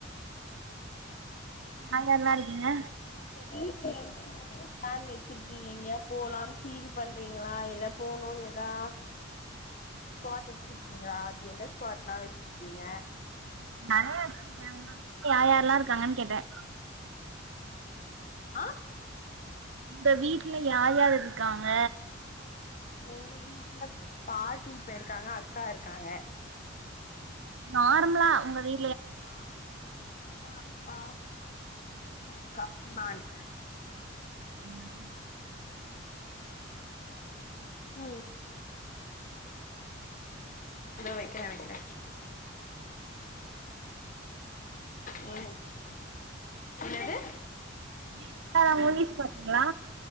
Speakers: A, on the right; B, on the left.
A: யார் யார்லா இருக்கீங்க
B: செரி செரி ப்ளான் வெச்சிருக்கீங்க இங்க போலான் ஃபீல் பண்றீங்களா இல்ல போணோனெதா ஸ்பாட் வெச்சிருக்கீங்ளா அப்டி என்ன ஸ்பாட்லா வெச்சிருக்கீங்க
A: நறைய வச்சிருக்கே உங்க வீட்ல யா யார்ல்லாருக்காங்கன் கேட்ட
B: ஆ
A: இந்த வீட்ல யார் யார் இருக்காங்க
B: எங்க வீட்ல பாட்டி ப்ப இருக்காங்க அக்கா ருக்காங்க
A: நார்ம்லா உங்க வீ
B: <inaudible> அக்கா நானு
A: ம்
B: ம் வெக்குற வெக்குற ம் என்னது
A: ரீசெண்டா எதா மூவிஸ் பாத்தீங்களா